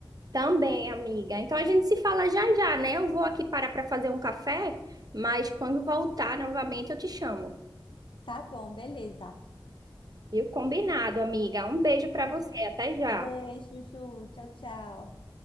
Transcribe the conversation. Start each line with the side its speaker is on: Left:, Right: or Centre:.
Right: Também, amiga. Então a gente se fala já já, né? Eu vou aqui parar para fazer um café, mas quando voltar novamente eu te chamo.
Left: Tá bom, beleza.
Right: Viu? Combinado, amiga. Um beijo para você.
Left: Um
Right: Até já.
Left: beijo, Ju. Tchau, tchau.